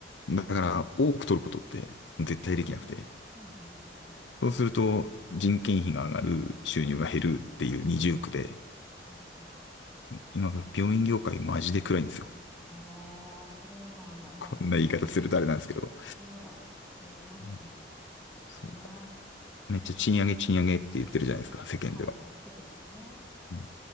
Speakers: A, on the left; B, in the centre.
A: だから多く取ることって絶対できなくて、
B: うん、うん、うん、うん。
A: そうすると人件費が上がる、収入が減るっていう二重苦で、
B: うん、うん確かに。
A: 今病院業界マジで暗いんですよ。
B: ああ、そうなんだ。まあ、
A: こんな言い方するとあれなんですけど、
B: そうだ。そうなっちゃうんだね。
A: うんそう、めっちゃ賃上げ賃上げって言ってるじゃないですか、世間では。
B: はいはい、世間ではね。
A: うん